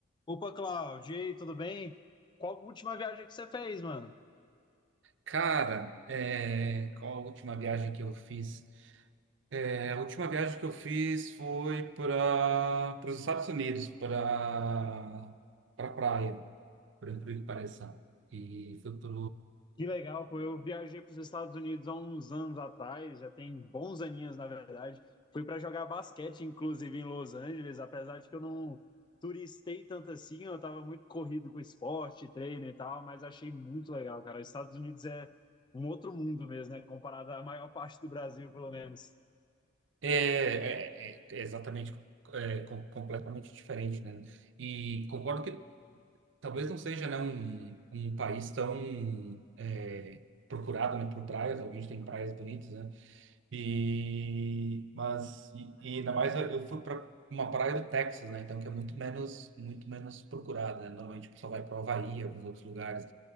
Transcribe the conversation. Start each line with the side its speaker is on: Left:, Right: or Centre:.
Left: Opa, Cláudio, e aí, tudo bem? Qual a última viagem que você fez, mano?
Right: Cara, é, qual a última viagem que eu fiz? É, a última viagem que eu fiz foi para os Estados Unidos, para para praia, por incrível que pareça. E fui pro
Left: Que legal, pô. Eu viajei para os Estados Unidos há uns anos atrás, já tem bons aninhos, na verdade. Fui para jogar basquete, inclusive, em Los Angeles, apesar de que eu não turistei tanto assim, eu estava muito corrido com esporte, treino e tal, mas achei muito legal, cara. Os Estados Unidos é um outro mundo mesmo, né? Comparado à maior <laughs> parte do Brasil, pelo menos.
Right: é, é, é- é exatamente é, com- completamente diferente, né? E concordo que talvez não seja, né, um, um país tão é, procurado, né, por praias. Obviamente tem praias bonitas, né? E mas e, e ainda mais eu fui para uma praia do Texas, né? Então que é muito menos muito menos procurada, né? Normalmente o pessoal vai para o Havaí, alguns outros lugares.